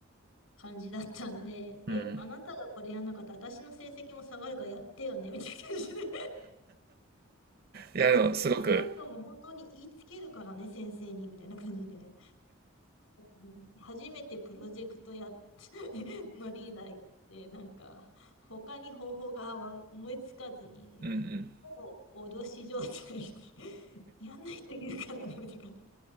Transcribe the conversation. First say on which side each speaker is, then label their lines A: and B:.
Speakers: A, on the left; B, on the right.
A: 感じだったんで、え、
B: うん。
A: あなたがこれやんなかったら、私の成績も下がるからやってよね、みたいな感じで
B: いや、でも、
A: え、
B: すごく、
A: じゃないともう本当に言いつけるからね、先生に、みたいな感じで。うん初めてプロジェクトやっ <laughs> のリーダーやって、なんか、他に方法がわ思いつかずに、
B: うん
A: ほぼ脅し状態で <laughs> やんないと言うからね、みたいな感じ